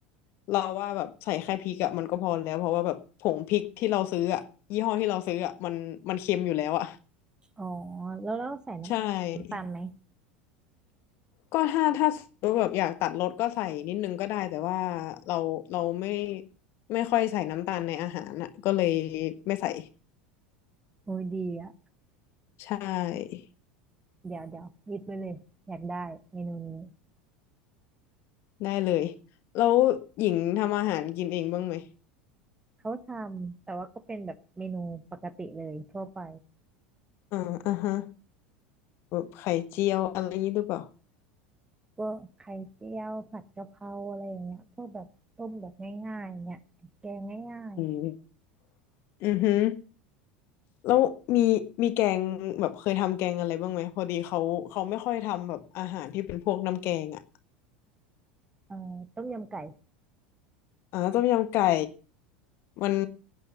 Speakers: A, on the left; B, on the right.
A: เราว่าแบบใส่แค่พริกอะมันก็พอแล้วเพราะว่าแบบผงพริกที่เราซื้ออะยี่ห้อที่เราซื้ออะมันมันเค็มอยู่แล้วอะ
B: อ๋อแล้วแล้วใส่น้ำน้ำตาลไหม
A: ใช่ ก็ถ้าถ้าสมมติแบบอยากตัดรสก็ใส่นิดนึงก็ได้แต่ว่าเราเราไม่ไม่ค่อยใส่น้ำตาลในอาหารอ่ะก็เลยไม่ใส่
B: โอ้ยดีอ่ะ
A: ใช่
B: เดี๋ยวเดี๋ยวลิสต์ไว้เลย อยากได้เมนูนี้
A: ได้เลยแล้วหญิงทำอาหารกินเองบ้างไหม
B: เขาทำแต่ว่าก็เป็นแบบเมนูปกติเลยทั่วไป
A: อ่าอ่าฮะแบบไข่เจียวอะไรอย่างนี้หรือเปล่า
B: ก็ไข่เจียวผัดกะเพราอะไรอย่างเงี้ยพวกแบบต้มแบบง่ายๆเงี้ยแกงง่าย
A: อืมอือฮึแล้วมีมีแกงแบบเคยทำแกงอะไรบ้างไหมพอดีเขาเขาไม่ค่อยทำแบบอาหารที่เป็นพวกน้ำแกงอ่ะ
B: ๆเอ่อต้มยำไก่
A: อ่าต้มยำไก่มัน